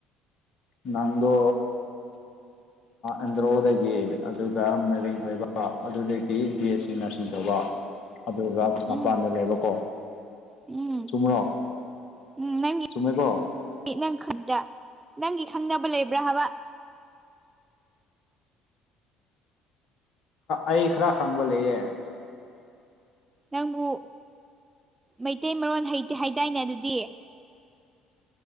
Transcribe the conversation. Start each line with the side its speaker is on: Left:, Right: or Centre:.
Left: ꯅꯪꯗꯣ
Right: <unintelligible>
Left: ꯑꯦꯟꯗ꯭ꯔꯣꯗꯒꯤ ꯑꯗꯨꯒ ꯃꯦꯔꯤꯡ ꯑꯣꯏꯕ ꯑꯗꯨꯗꯒꯤ ꯕꯤ ꯑꯦꯁ ꯁꯤ ꯅꯔꯁꯤꯡ ꯇꯧꯕ ꯑꯗꯨꯒ
Right: ꯎꯝ
Left: ꯃꯄꯥꯟꯗ ꯂꯩꯕꯀꯣ
Right: ꯎꯝ
Left: ꯆꯨꯝꯃ꯭ꯔꯣ
Right: ꯎꯝ ꯅꯪꯒꯤ
Left: ꯆꯨꯝꯃꯦꯀꯣ
Right: ꯅꯪ ꯈꯪꯗ ꯅꯪꯒꯤ ꯈꯪꯗꯅꯕ ꯂꯩꯕ꯭ꯔꯥ ꯍꯥꯏꯕ
Left: ꯑꯩ ꯈꯔ ꯈꯪꯕ ꯂꯩꯌꯦ
Right: ꯅꯪꯕꯨ ꯃꯩꯇꯩ ꯃꯔꯣꯟ ꯍꯩꯇꯦ ꯍꯥꯏꯗꯥꯏꯅꯦ ꯑꯗꯨꯗꯤ